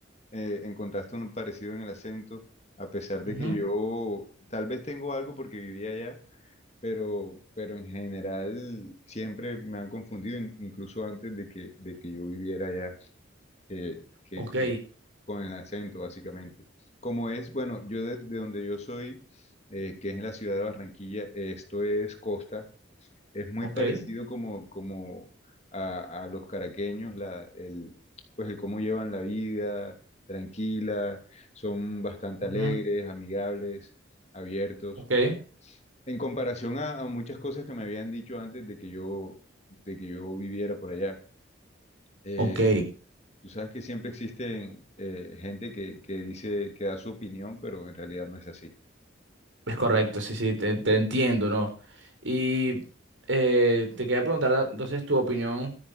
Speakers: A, on the left; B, on the right.
A: eh, encontraste un parecido en el acento, a pesar de
B: ujú,
A: que yo tal vez tengo algo porque vivía allá, pero, pero en general siempre me han confundido, in- incluso antes de que, de que yo viviera allá eh, que,
B: Ok,
A: que con el acento, básicamente. Como es, bueno, yo de, de donde yo soy, eh, que es en la ciudad de Barranquilla, esto es costa, es muy
B: ok,
A: parecido como, como a, a los caraqueños, la, el, pues el cómo llevan la vida, tranquila, son bastante
B: ujú,
A: alegres, amigables, abiertos.
B: ok.
A: En comparación a, a muchas cosas que me habían dicho antes de que yo, de que yo viviera por allá. Eh,
B: Ok.
A: Tú sabes que siempre existe eh, gente que, que dice que da su opinión, pero en realidad no es así.
B: Es correcto, sí, sí, te, te entiendo, ¿no? Y eh, te quería preguntar entonces tu opinión,